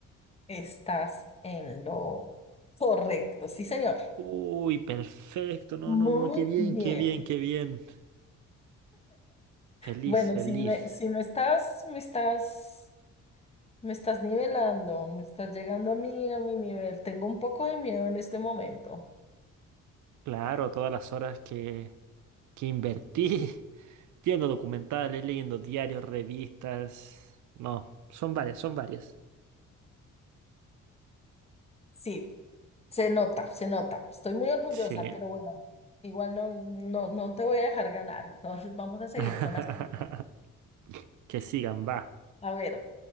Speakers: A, on the left; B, on the right.
A: Estás en lo correcto, sí, señor.
B: Uy, perfecto, no,
A: Muy
B: no, no, qué bien,
A: bien.
B: qué bien, qué bien. Feliz,
A: Bueno,
B: feliz.
A: si me, si me estás, me estás, me estás nivelando, me estás llegando a mí, a mi nivel. Tengo un poco de miedo en este momento.
B: Claro, todas las horas que, que invertí <laughs> viendo documentales, leyendo diarios, revistas. No, son varias, son varias.
A: Sí, se nota, se nota. Estoy muy orgullosa,
B: Sí.
A: pero bueno, igual no, no, no te voy a dejar ganar. Entonces, vamos a seguir
B: <laughs>
A: con las. preguntas.
B: Que sigan, va.
A: A ver.